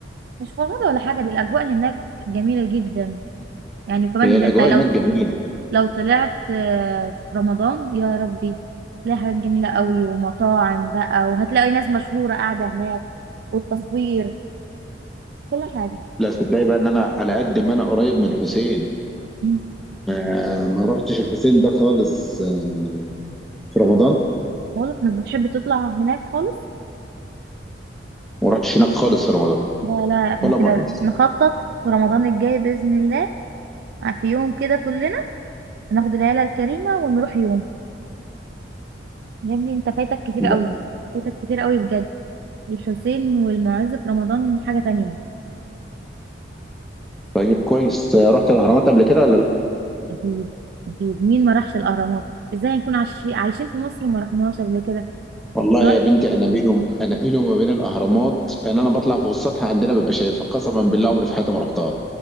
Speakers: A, on the right; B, in the centre.
A: مش فرهدة ولا حاجة دي الأجواء هناك جميلة جدا يعني كمان
B: هي الاجواء
A: ده انت لو
B: هناك جميله
A: لو طلعت آه، في رمضان يا ربي تلاقي حاجات جميلة قوي ومطاعم بقى وهتلاقي ناس مشهورة قاعدة هناك والتصوير كل حاجة
B: لا صدقني بقى ان انا على قد ما انا قريب من الحسين
A: مم.
B: ما, ما رحتش الحسين ده خالص آه، في رمضان
A: خالص مش بتحب تطلع هناك خالص
B: وما رحتش هناك خالص في رمضان
A: لا لا احنا
B: ولا مره
A: كده نخطط في رمضان الجاي بإذن الله في يوم كده كلنا هناخد العيلة الكريمة ونروح يوم يا ابني انت فايتك كتير
B: لا
A: قوي فايتك كتير قوي بجد الحسين والمعز في رمضان حاجة تانية
B: طيب كويس آه، رحت الاهرامات قبل كده ولا لا
A: أكيد أكيد مين ما راحش الأهرامات ازاي هنكون عايشين عايشين في مصر وما رحناهاش قبل كده
B: والله
A: روح
B: يا بنتي انا بينهم انا بيني وما بين الاهرامات ان انا بطلع فوق السطح عندنا ببقى شايفها قسما بالله عمري في حياتي ما رحتها